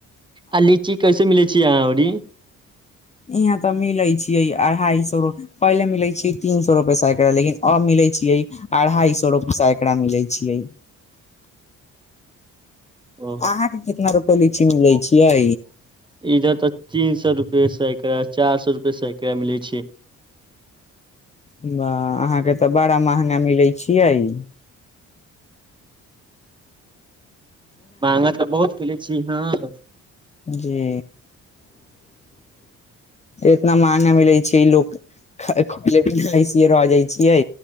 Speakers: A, on the right (about 15°); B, on the left (about 25°).
A: आ लीची कैसे मिलै छियै आहां आरी
B: इहाँ तऽ मिले छियै अढ़ाई सए रु पहिले मिलै छियै तीन सौ रुपए साइकर लेकिन अब मिलैत छियै अढ़ाई सो रूप सेकरा मिलै छियै
A: ओ
B: अहाँके कितना रुपै लीची मिलै छियै
A: इज तऽ तीन सए रुपे सैकरा चार सए रुपए सैकरा मिले छियै
B: वहां अहाँके तऽ बड़ा महंगा मिलैत छियै <inaudible>
A: महंगा तऽ बहुत खलै छी आहाॅं क
B: जी इतना महंगा मिलै छै लोक खेै छियै <unintelligible> र जाइ छियै